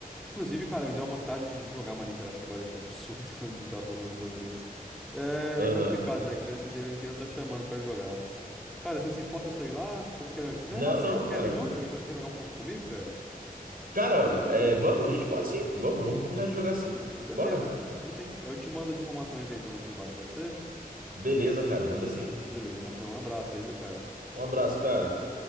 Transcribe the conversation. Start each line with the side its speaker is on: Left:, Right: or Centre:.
Centre: Inclusive, cara, me deu uma vontade de jogar Minecraft agora, que é absurdo, <laughs> antes de estar falando sobre isso. É
Right: Aham.
Centre: complicado, né? Criança anterior inteira tá chamando pra jogar. Cara, você se importa se eu ir lá? Você, você quer... Na
Right: Não,
Centre: verdade, você,
Right: não,
Centre: você
Right: cara.
Centre: quer vir junto? Quer, quer jogar um pouco comigo, cara?
Right: Cara, é, vamos, a gente pode sim. Vamos, vamos combinar de jogar sim.
Centre: Então, beleza,
Right: Bora.
Centre: cara. Vamos sim. Eu te mando as informações aí, então, no privado, pode ser?
Right: Beleza, cara, manda sim.
Centre: Tá, beleza, Natão. Um abraço aí, viu, cara?
Right: Um abraço, cara.